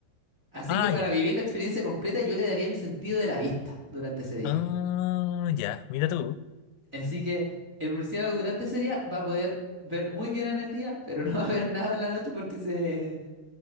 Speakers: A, on the right; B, on the left.
A: Así
B: Ah,
A: que para
B: ya.
A: vivir la experiencia completa yo le daría mi sentido de la vista durante ese día.
B: Ah, ya, mira tú.
A: Así que el murciélago durante ese día va a poder ver muy bien en el día, pero no va a ver nada en la noche porque se,